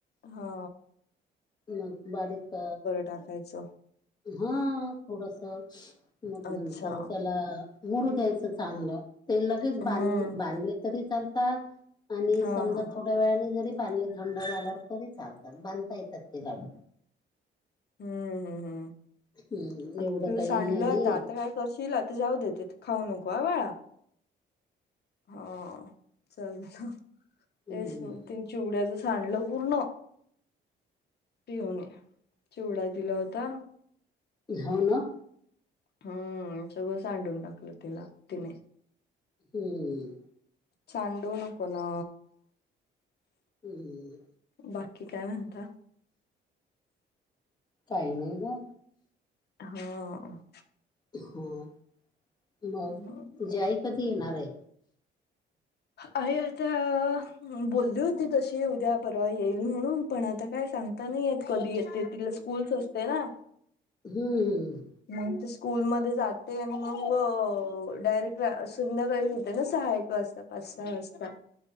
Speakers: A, on the left (about 55°); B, on the left (about 20°).
A: हा
B: मग बारीक
A: टाकायच.
B: हा थोडस मग नंतर
A: अच्छा
B: त्याला मुरू द्यायच चांगल. ते लगेच
A: हम्म
B: बांध बांधले तरी चालतात आणि
A: हा
B: समजा
A: हा
B: थोड्या वेळाने जरी बांधले. थंड झाल्यावर तरी चालतात बांधता येतात ते लाडू.
A: हम्म, हम्, हम्,
B: हम्म
A: आता
B: एवढं
A: तू
B: काही
A: सांडल
B: हे नाही
A: आता,
B: आहे.
A: आता काय फरशिला, ते जाऊदेत, खाऊ नको हं बाळा. हा, चालतं,
B: हम्म
A: तेच ना, चिवड्याच सांडल पूर्ण. पिऊ नी, चिवडा दिला होता.
B: हो ना.
A: हम्म, सगळं सांडून टाकलं तिला, तिने.
B: हम्म,
A: सांडू नको न
B: हम्
A: बाकी काय म्हणता?
B: काही नाही ग.
A: हां
B: हां मग
A: आई
B: तुझी आई कधी येणार आहे?
A: आई आता बोलली होती तशी उद्या परवा येईल म्हणून. पण आता काय सांगता नाही कधी य तिला स्कूलस असते ना.
B: हम्म.
A: मग ती स्कूलमध्ये जाते, आणि मग डायरेक्ट संध्याकाळी सहा एक वाजता, पाच सहा वाजता,